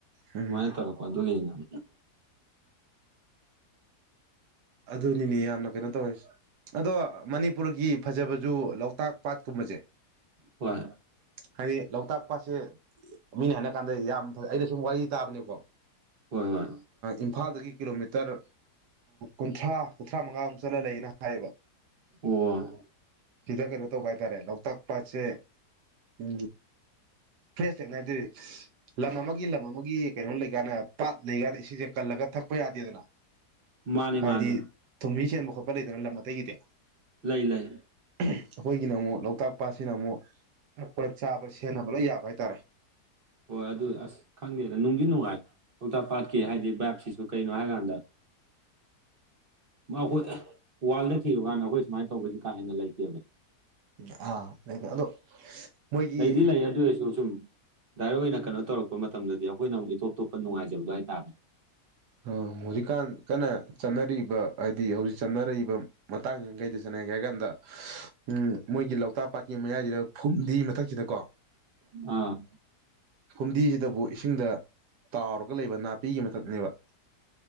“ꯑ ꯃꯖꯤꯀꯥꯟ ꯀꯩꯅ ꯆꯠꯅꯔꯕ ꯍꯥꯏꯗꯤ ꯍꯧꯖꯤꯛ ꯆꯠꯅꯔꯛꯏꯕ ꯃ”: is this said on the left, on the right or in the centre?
Right